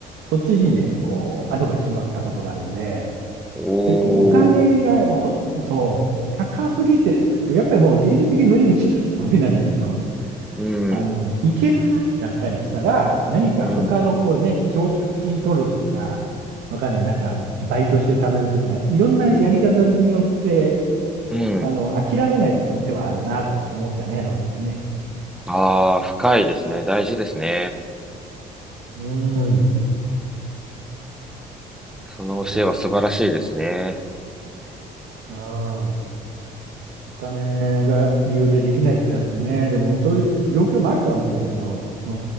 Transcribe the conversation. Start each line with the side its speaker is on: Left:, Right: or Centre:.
Right: そっちにね、こう、アドバイスもらったことがあるんで、
Centre: お
Right: 結構お金が、
Centre: ー、
Right: ほん、そう、高すぎてって、やっぱりもう現実的に無理みたいなやつは無理なんだけど、
Centre: うん、
Right: あの、行ける範囲だったりしたら、何か他のこうね、
Centre: うん、
Right: 奨学金取るとか、わかんない、なんか、バイトして貯めるとか、いろんなやり方によって、
Centre: うん。
Right: あの、諦めないっていう手はあるなと思ったね、その時ね。
Centre: ああ、深いですね。大事ですね。
Right: うん。
Centre: その教えは素晴らしいですね。
Right: そうだね。うん。お金が理由でできないってなるとね、でもそういう状況もあるとは思うんだけど、う